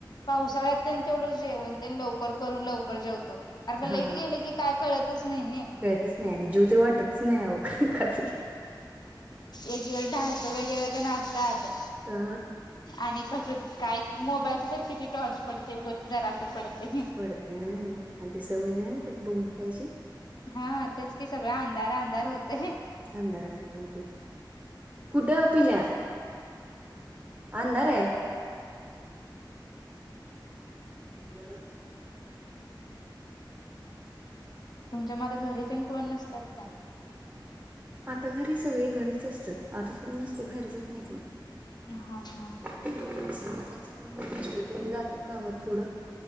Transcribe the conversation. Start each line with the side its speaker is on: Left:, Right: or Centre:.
Left: पावसाळ्यातंत तेवढं जेवण त्यां लवकर करून लवकर जेवतो कारण का लाईट
Right: हा
Left: गेलं की काय कळतच नाही नाही
Right: कळतच नाही आणि जव तर वाटतच नाही अ का खातली
Left: एककडे डान्स वगैरे तर नाचतात
Right: हा
Left: आणि कसं काय मोबाईलच तर किती टॉर्च पडते उगच जरा असं पडते
Right: पडते ना आणि त सवय नाही बुघून खायची
Left: हा तेच कि सगळ अंधार अंधार होते
Right: अंदरारठ कुठ पला अंदारे या
Left: तुमच्या मझ घरी ते कोण नसतात काय
Right: आता घरी सगळी घरीच असतात आता कोण नसते बाहेर जात नाही कोण
Left: हा हां
Right: कायचं कोण न मिस्र तेवढी जातात गावात थोडं